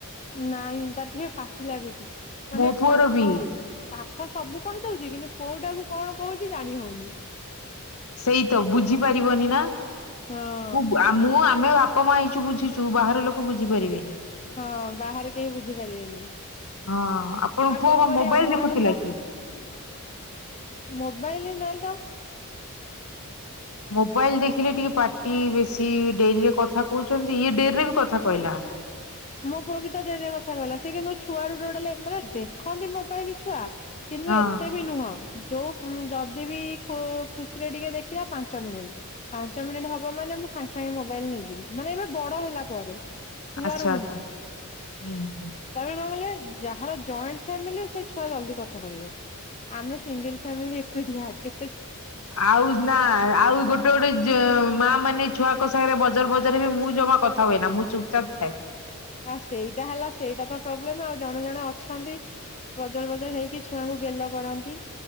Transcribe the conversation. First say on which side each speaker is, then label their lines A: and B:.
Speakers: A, on the left (about 30°); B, on the left (about 75°).
A: ନାଇଁ ତାର ଟିକେ ପାଟି ଲାଗୁଛି ମାନେ
B: ମୋ ପୁଅର
A: ପାଠ
B: ବି
A: ପାଠ ସବୁ କହିଦଉଛି କିନ୍ତୁ କୋଉଟାକୁ କଣ କହୁଛି ଜାଣି ହଉନି।
B: ସେଇ ତ ବୁଝିପାରିବନି ନା ମୁଁ
A: ହଁ
B: ବୁ‌ ମୁଁ ଆ ଆମେ ବାପା ମା ହେଇଛୁ ବୁଝୁଛୁ ବାହାର ଲୋକ ବୁଝିପାରିବେନି।
A: ହଁ ବାହାରେ କେହି ବୁଝିପାରିବେନି।
B: ହଁ ଆପଣଙ୍କ
A: ଆଉ
B: ପୁଅ
A: କଣ
B: କ
A: କରିବା
B: ମୋବାଇଲ
A: ବୟସ
B: ଦେଖୁଥିଲା କି?
A: ମୋବାଇଲ ନାଈ ତ।
B: ମୋବାଇଲ ଦେଖିଲେ ଟିକେ ପାର୍ଟି ବେଶୀ ଡେରିରେ କଥା କହୁଛନ୍ତି ଇଏ ଡେରିରେ ବି କଥା କହିଲା।
A: ମୋ ପୁଅ ବି ତ ଡେରିରେ କଥା କହିଲା ସେ କିନ୍ତୁ ଛୁଆରୁ ଡଲେ ମାନେ ଦେଖନ୍ତି ମୋବାଇ ଛୁଆ କିନ୍ତୁ
B: ହଁ
A: ଏତେ ବି ନୁହଁ। ଯୋଉ ଉମ୍ ଯଦି ବିି ଖୁ ଖୁସିରେ ଟିକେ ଦେଖିବ ପାଞ୍ଚ ମିନିଟ୍। ପାଞ୍ଚ ମିନିଟ୍ ହବ ମାନେ ମୁଁ ସାଙ୍ଗେ ସାଙ୍ଗେ ମୋବାଇଲ ନେଇଯିବି ମାନେ ଏବେ ବଡ଼ ହେଲା ପରେ। ଛୁଆରୁ
B: ଆଚ୍ଛା
A: ନୁହଁ
B: ଆଚ୍ଛା ହୁଁ ହୁଁ।
A: ତାପରେ କଣ କହିଲେ? ଯାହାର ଜଏଣ୍ଟ ଫ୍ୟାମିଲି ସେ ଛୁଆ ଜଲଦି କଥା କହିବେ। ଆମେ ସିଙ୍ଗଲ ଫ୍ୟାମିଲି ଏକୁଟିଆ କେ
B: ଆଉ ନା ଆଉ ଗୋଟେ ଗୋଟେ ଯୋ ମା ମାନେ ଛୁଆଙ୍କ ସାଙ୍ଗରେ ବ ବଜର ବଜର ହେବେ ମୁଁ ଜମା କଥା ହୁଏ ନା ମୁଁ ଚୁପଚାପ ଥାଏ।
A: ଆଉ ସେଇଟା ହେଲା ସେଇଟା ତ ପ୍ରୋବ୍ଲେମ ଆଉ ଜଣେ ଜଣେ ଅଛନ୍ତି ବଜର ବଜର ହେଇକି ଛୁଆଙ୍କୁ ଗେଲ କରନ୍ତି।